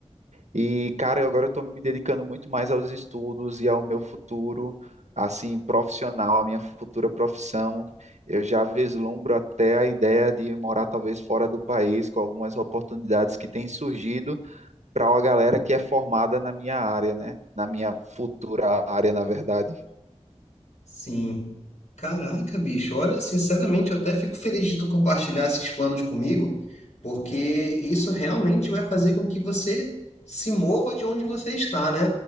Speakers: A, on the right; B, on the left.
A: E, cara, eu agora estou me dedicando muito mais aos estudos e ao meu futuro, assim, profissional, a minha futura profissão. Eu já vislumbro até a ideia de morar talvez fora do país, com algumas oportunidades que têm surgido para uma galera que é formada na minha área, né? Na minha futura área, na verdade.
B: Sim. Caraca, bicho, olha, sinceramente, eu até fico feliz de tu compartilhar esses planos comigo, porque isso realmente vai fazer com que você se mova de onde você está, né?